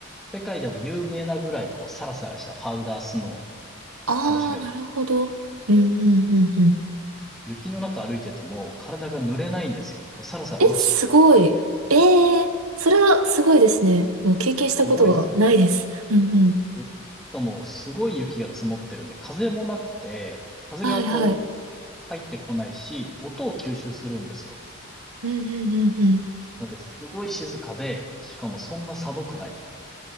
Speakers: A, in the centre; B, on the right (about 85°).
A: 世界でも有名なぐらいこう、サラサラしたパウダースノ
B: ああ、
A: ーが楽しめる。
B: なるほど。うんうんうんうん。
A: 雪の中歩いてても体が濡れないんですよ。こうサラサラ落ちていくの。
B: え、すごい。ええそれはすごいですね。もう経験したことがないです。
A: すごいんですよ。
B: うんうん。
A: で、しかもすごい雪が積もってるんで、風もなくて、風がこう
B: はいはい。
A: 入ってこないし、音を吸収するんですよ。
B: うんうんうんうん。
A: なので、すごい静かで、しかもそんな寒くない。